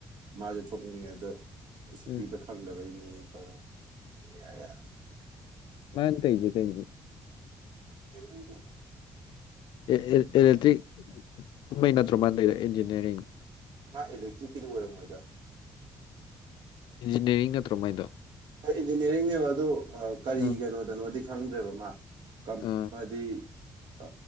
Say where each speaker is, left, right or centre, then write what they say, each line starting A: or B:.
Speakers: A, on the right; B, on the left.
A: ꯃꯥꯖꯨ ꯊꯣꯛꯅꯤꯡꯉꯦ ꯑꯗꯣ ꯁꯨꯇꯤꯗꯣ
B: ꯎꯝ
A: ꯐꯪ ꯐꯪꯗꯕꯩ ꯇꯧꯔꯝ ꯌꯥ ꯌꯥ
B: ꯃꯥꯟ ꯇꯧꯖꯦ ꯀꯩ <unintelligible>
A: <unintelligible>
B: ꯑꯦ ꯑꯦ ꯑꯦꯂꯛꯇ꯭ꯔꯤꯛ ꯀꯨꯃꯩ ꯅꯠꯇ꯭ꯔꯣ ꯃꯥ ꯇꯣꯏꯗꯣ ꯏꯟꯖꯤꯅꯤꯌꯥꯔꯤꯡ
A: ꯃꯥ ꯑꯦꯂꯦꯛꯇꯔ꯭ꯤꯛ ꯀꯤꯗꯤ ꯑꯣꯏꯔꯝ ꯃꯣꯏꯗ
B: ꯏꯟꯖꯤꯅꯤꯌꯥꯔꯤꯡ ꯅꯠꯇ꯭ꯔꯣ ꯃꯥꯏꯗꯣ
A: ꯍꯣꯏ ꯏꯟꯖꯤꯅꯤꯌꯥꯔꯤꯡꯅꯦꯕ ꯑꯗꯨ ꯀꯔꯤ
B: ꯎꯝ
A: ꯀꯩꯅꯣꯗꯅꯣꯗꯤ ꯈꯪꯗ꯭ꯔꯦꯕ ꯃꯥ ꯀꯝ
B: ꯑ
A: ꯍꯥꯏꯗꯤ ꯑ